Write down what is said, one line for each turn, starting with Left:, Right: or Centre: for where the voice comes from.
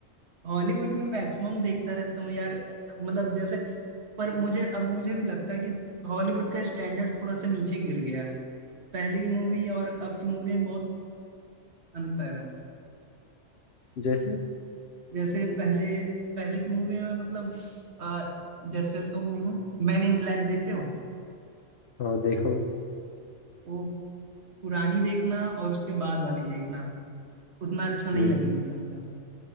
Right: हॉलीवुड में मैक्सिमम देखता रहता हूँ यार मतलब जैसे पर मुझे अब मुझे भी लगता है कि हॉलीवुड का स्टैंडर्ड थोड़ा सा नीचे गिर गया है पहले की मूवी और अब की मूवी में बहुत अंतर है
Left: जैसे
Right: जैसे पहले पहले की मूवी में मतलब अ, जैसे तुम मैन इन ब्लैक देखे हो
Left: हाँ देखा हूँ
Right: वो पुरानी देखना और उसके बाद वाली देखना उतना अच्छा नहीं
Left: हम्म,
Right: लगेगी तुमको